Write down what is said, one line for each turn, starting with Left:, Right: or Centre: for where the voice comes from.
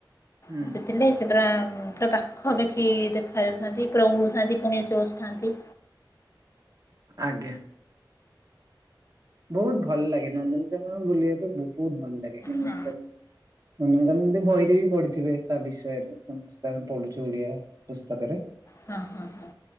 Right: ହୁଁ।
Left: ଦିଟା ଥିଲେ। ସେ ପୁରା ପୁରା ପାଖାପାଖି ଦେଖାଯାଉଥାନ୍ତି ପୁରା ଉଡୁଥାନ୍ତି ପୁଣି ଆସି ବସୁଥାନ୍ତି।
Right: ଆଜ୍ଞା। ବୋହୁତ ଭଲ ଲାଗେ ନନ୍ଦନକାନନ ବୁଲିବା ପାଇଁ ବୋହୁତ ଭଲ ଲାଗେ <inaudible> କାନ
Left: ହଁ
Right: ନନ୍ଦନକାନନ ବହିରେ ବି ପଢିଥିବେ? ତା ବିଷୟରେ ସମସ୍ତେ ଆମେ ପଢ଼ୁଚୁ ଓଡ଼ିଆ ପସ୍ତକରେ।
Left: ହୁଁ ହୁଁ ହୁଁ।